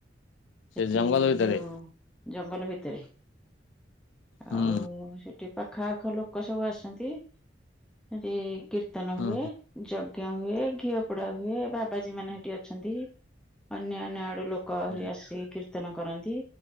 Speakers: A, in the centre; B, on the left.
A: ସେଠି
B: ସେ ଜଙ୍ଗଲ ଭିତରେ
A: ଯୋଉ ଜଙ୍ଗଲ ଭିତରେ
B: ହୁଁ
A: ଆଉ ସେଠି ପାଖ ପାଖ ଲୋକ ସବୁ ଆସନ୍ତି, ସେଠି କୀର୍ତ୍ତନ
B: ହୁଁ
A: ହୁଏ। ଯ ଜ୍ଞ ହୁଏ। ଘିଅ ପୋଡା ହୁଏ। ବାବାଜୀ ମାନେ ସେଠି ଅଛନ୍ତି। ଅନ୍ୟ ଅନ୍ୟ ଆଡୁ ଲୋ କ
B: ହୁଁ
A: ଆହୁରି ଆସି କୀର୍ତ୍ତନ କରନ୍ତି।